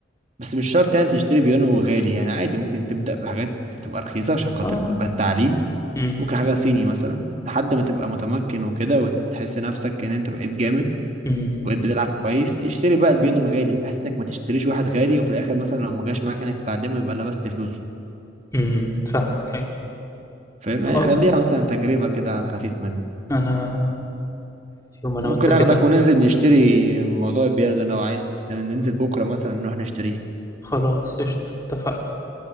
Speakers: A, on the right; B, on the left.
A: بس مش شرط يعني تشتري بيانو غالي يعني عادي ممكن تبدأ بحاجات بتبقى رخيصة عشان خاطر
B: اه
A: بتبقى التعليم
B: امم
A: ممكن حاجة صيني مثلا لحد ما تبقى متمكن وكده وتحس نفسك ان انت بقيت جامد
B: امم
A: وبقيت بتلعب كويس يشتري بقى البيانو الغالي بحيث انك ما تشتريش واحد غالي وفي الاخر مثلا لو ما جاش معاك انك تتعلمه يبقى لبست فلوسه
B: امم فاهمك أيوة.
A: فاهم
B: خلاص
A: يعني خليها مثلا تجربة كده على الخفيف منه
B: انا في يوم انا
A: ممكن
B: وانت كده
A: اخدك وننزل نشتري
B: مم.
A: موضوع البيانو ده لو عايز ننزل بكرة مثلا نروح نشتريه
B: خلاص قشطة اتفقنا